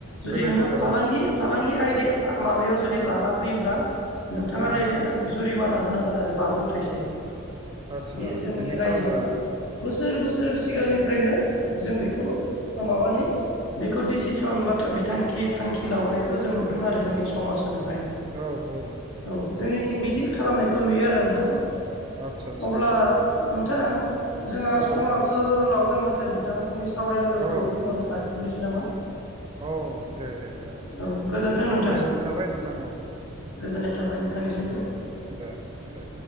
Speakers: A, on the left; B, on the right.
A: जुदि
B: बेलेग
A: नोङो
B: खोथा
A: फालांगि
B: औ औ
A: फालांगि आयदाया माबायाव जुदि लाना फैयोब्ला नोंथाङा
B: उम
A: रायजोनो जुरिमाना होनांगोन आरो बाजौथाइसे
B: आदसा
A: बे जोंनि
B: बिदि
A: रायजोआ
B: खालामो आरो
A: बोसोर बोसोर सिगांनिफ्रायनो जों बेखौ ओ माबानि बेखौ डिसिसन बा बिथांखि थांखि लाबोनायखौ जों नुदों आरो जोंनि समाज खौहाय
B: औ औ
A: औ जोंनिथिं बिदि खालामनायखौ नुयो आरो नोंथां
B: आदसा आदसा
A: अब्ला नोंथां जोंहा
B: औ
A: समाबो लाव बाय माथो नोंथां जोंनि सावरायनांगौखौ
B: औ
A: बेखिनियावनो लाखिथ'नोसै नामा!
B: औ दे दे जागोन दे
A: औ गोजोन्थों नोंथां
B: गोजोननाय थाबाय नोंथां। औ
A: गोजोननाय थाबाय नोंथांनिसिमबो
B: दे दे